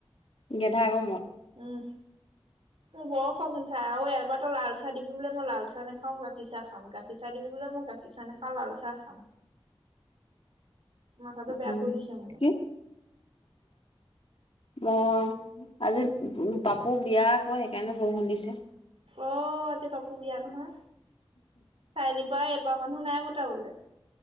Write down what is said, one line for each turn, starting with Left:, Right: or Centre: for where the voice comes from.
Left: গেধা গমত
Right: উম উ মোৰ বৰ খঙ উঠে চাই আৰু এবাৰাতো লাল চাহ দিবি বোলে মই লাল চাহ না গাখীৰ চাহ খাম গাখীৰ চাহ দিবি বোলে মই গাখ গাখীৰ চাহ নাখাওঁ লাল চাহ খাম মাথাটো বেয়া
Left: উম
Right: কৰি দিছে মোৰ
Left: কি ম আজি পাপু বিয়া আকৌ সেইকাৰণে বৰষুণ দিছে
Right: অ আজি পাপুৰ বিয়া নহয় চাৰিআলিৰ পৰা এপাৰ মানুহ নাই মতা বোলে